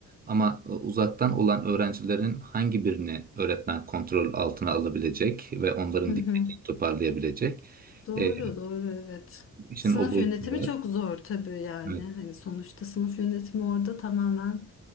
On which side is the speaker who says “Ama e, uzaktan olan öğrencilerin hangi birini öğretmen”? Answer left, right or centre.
Right